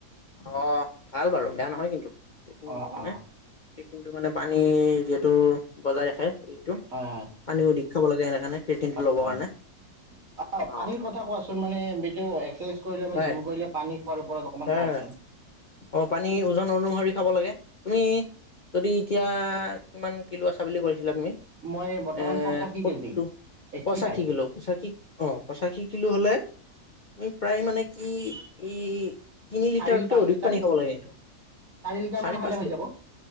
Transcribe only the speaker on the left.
অ' ভাল বাৰু, বেয়া নহয় কিন্তু। <unintelligible>
মানে,
সেই টিনতো মানে পানী যিহেতু বজাই ৰাখে। এইটো,
পানীও অধিক খাব লাগে এনে কাৰণে ক্ৰিয়েটিনটো
ল'বৰ কাৰণে
অ
হয়
<unintelligible>
অ', পানী ওজন অনুসৰি খাব লাগে। তুমি, যদি এতিয়া কিমান কিলো আছা বুলি কৈছিলা তুমি?
এ,
সত্তো
পঁচাশী
কিলো পঁচাশী অ', পঁচাশী কিলো হলে <unintelligible> প্ৰায় মানে কি ই, তিনি লিটাৰতকে
অধিক
পানী খাব লাগে।
চাৰি
পাঁচ
লিট,